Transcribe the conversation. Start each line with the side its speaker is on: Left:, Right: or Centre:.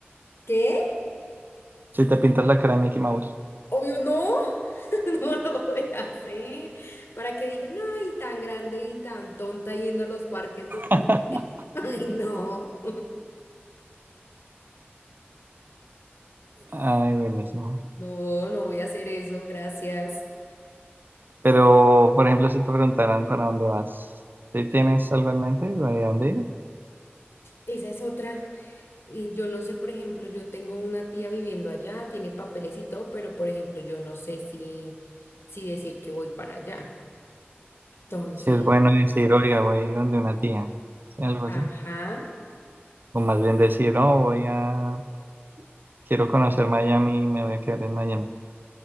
Left: ¿Qué?
Right: Si te pintas la cara de Mickey Mouse.
Left: Obvio no, <laughs> no lo voy a hacer. Para que digan, ay, tan grande y tan tonta yendo a los parques. <laughs>
Right: <laughs>
Left: Ay, no,
Right: Ay, buenísimo.
Left: no, no voy a hacer eso, gracias.
Right: Pero, por ejemplo, si te preguntaran para dónde vas, si tienes algo en mente de dónde ir,
Left: Esa es otra. Y yo no sé, por ejemplo, yo tengo una tía viviendo allá, tiene papeles y todo, pero por ejemplo, yo no sé si, si decir que voy para allá. Entonces,
Right: si es bueno decir, oiga, voy a ir donde una tía, ¿sí? Algo
Left: ajá.
Right: así. O más bien decir, oh, voy a, quiero conocer Miami y me voy a quedar en Miami.